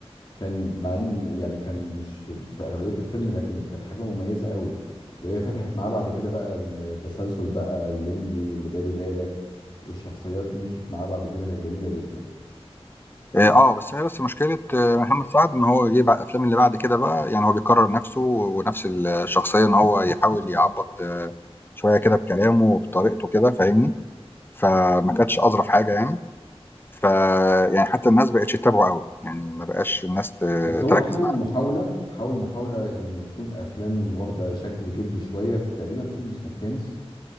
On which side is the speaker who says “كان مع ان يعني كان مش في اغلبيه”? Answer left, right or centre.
Left